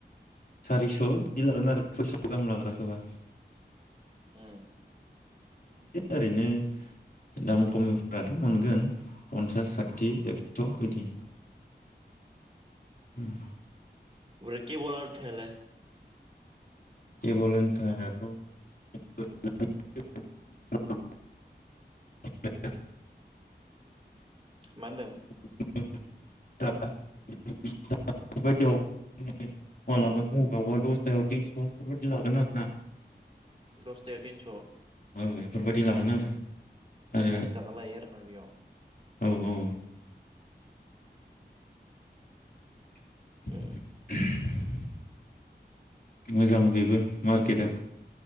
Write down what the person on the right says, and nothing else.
उम
ओब्राय केबल आथायालाय?
मानदों?
दसथायाव थिनस'
आस थाखा लायो आरो ना बेयाव
उम